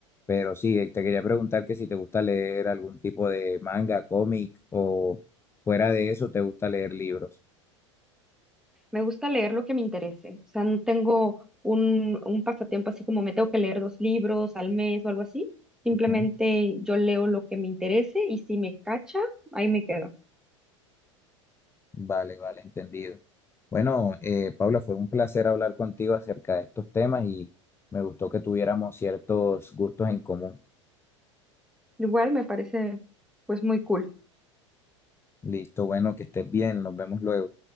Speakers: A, on the left; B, in the centre.
A: Pero sí, eh, te quería preguntar que si te gusta leer algún tipo de manga, cómic o fuera de eso, te gusta leer libros.
B: Me gusta leer lo que me interese, o sea, no tengo un, un pasatiempo así como me tengo que leer dos libros al mes o algo así, simplemente
A: Ujú.
B: yo leo lo que me interese y si me cacha, ahí me quedo.
A: Vale, vale, entendido. Bueno, eh, Paula, fue un placer hablar contigo acerca de estos temas y me gustó que tuviéramos ciertos gustos en común.
B: Igual me parece pues muy cool.
A: Listo, bueno, que estés bien, nos vemos luego.